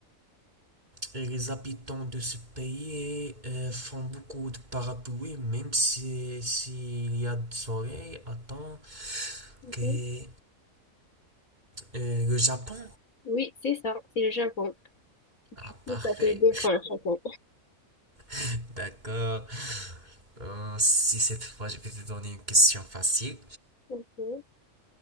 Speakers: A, on the right; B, on the left.
A: et les habitants de ce pays euh, font beaucoup de parapluies, même si s'il y a du soleil. Attends.
B: Mhm.
A: Ok. Euh, le Japon?
B: Oui, c'est ça. C'est le Japon. Du
A: Ah,
B: coup,
A: parfait.
B: ça fait deux points chacun.
A: <laughs> D'accord. Euh, si cette fois je vais te donner une question facile.
B: <laughs>